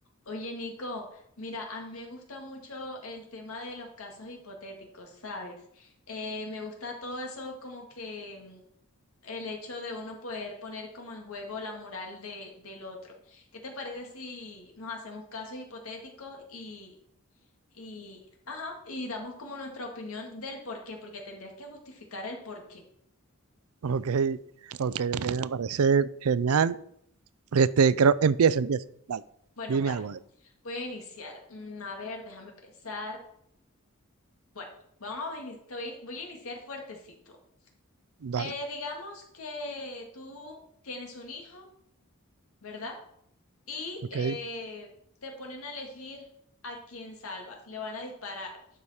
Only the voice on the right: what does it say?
Ok, ok, ok, me parece genial. Este, creo, empieza, empieza. Dale,
dime
algo. de-
Dale,
ok.